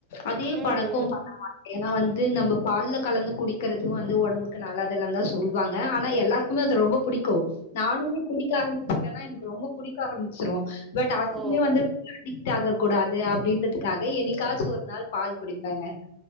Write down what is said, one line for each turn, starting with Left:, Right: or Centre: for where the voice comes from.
Left: அதே
Right: ம்
Left: பழக்கோ
Right: ம்
Left: பண்ண மாட்டே ஏன்னா வந்து நம்ம பால்ல கலந்து குடிக்கிறது வந்து ஒடம்புக்கு நல்லது இல்ல தா சொல்வாங்க ஆனா எல்லா துக்குமே அது ரொம்ப பிடிக்கு நானுமே குடிக்க ஆரம்பிச்சிட்டேன்னா எனக்கு ரொம்ப புடிக்க ஆரம்பிச்சிரு பட் அதுவுமே
Right: ஓ
Left: வந்து அடிக்ட் ஆக கூடாது அப்டின்றதுக்காக என்னக்காச்சு ஒரு நாள் பால் குடிப்பேங்க